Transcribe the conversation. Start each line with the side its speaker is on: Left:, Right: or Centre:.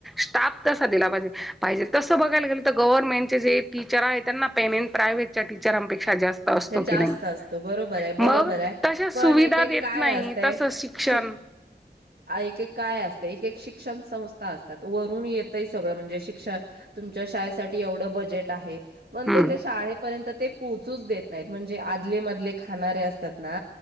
Centre: स्टाफ तसा दिला पाहिजे, पाहिजे तसं बघायला गेलं तर गव्हर्नमेंटचे जे टीचर आहे त्यांना पेमेंट प्रायव्हेटच्या टीचरांपेक्षा जास्त असतो
Right: च्या जास्त
Centre: की नाही
Right: असत बरोबर हाय
Centre: मग
Right: बरोबर हाय
Centre: तशा सुविधा
Right: पण एक एक
Centre: देत
Right: काय
Centre: नाही
Right: असतय
Centre: तसं शिक्षण
Right: शिक हा एक एक काय असतय. एक शिक्षण संस्था असतात, वरून येतय सगळं म्हणजे शिक्षा, तुमच्या शाळेसाठी एवढं बजेट आहे. पण
Centre: हम्म
Right: ते त्या शाळेपर्यंत ते पोहचूच देत नाहीत म्हणजे आदले मधले खाणारे अस तात ना